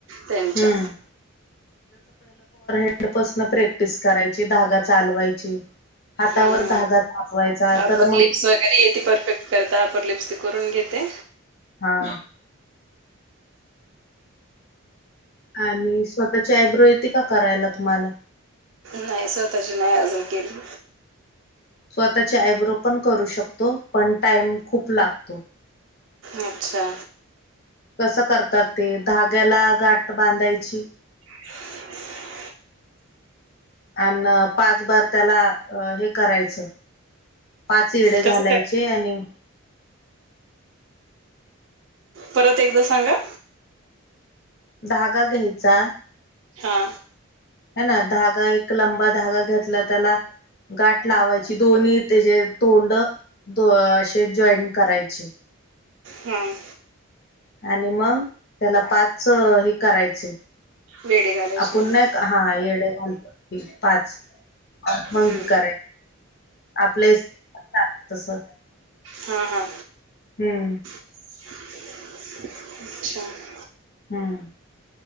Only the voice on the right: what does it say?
त्याच्या.
हम्म
अपर
लिप्स वगैरे ती परफेक्ट करता आपण लिपस तेन करून घेते.
नाही स्वतःची नाही अजून केली.
अच्छा...
<unintelligible>
कसं
काय
परत एकदा सांगा.
हा..
हम्म..
वेडे घालायचे
हा
हम्म.
हा हा अच्छा.